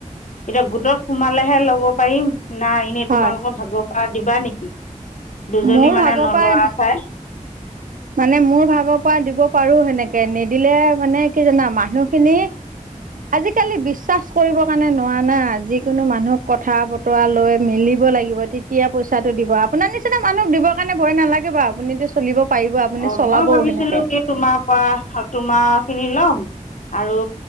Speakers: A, on the left (about 70°); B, on the right (about 90°).
A: এতিয়া গোটত সোমালেহে লব পাৰিম নাই এনেই
B: হয়
A: তোমালোকৰ ভাগৰ পৰা দিবা নেকি? <inaudible> দুজনী
B: মোৰ
A: মানে
B: ভাগৰ
A: নলৰা
B: পৰা
A: চাই
B: মানে মোৰ ভাগৰ পৰা দিব পাৰো সেনেকে নিদিলে মানে কি জানা মানুহখিনি আজিকালি বিশ্বাস কৰিব কাৰণে নোৱাৰ না যিকোনো মানুহক কথা বতৰা লৈ মিলিব লাগিব তেতিয়া পইচা। চাটো দিব আপোনাৰ নিচিনা মানুহক দিব। স কাৰণে ভয় নালাগে বাৰু আপুনি যে চলিব পাৰিব আপুনি
A: অ
B: চলাবও
A: মই ভাবিছিলো
B: সেনেকে
A: কি তোমাৰ পৰা তোমাৰ খিনি লম। আৰু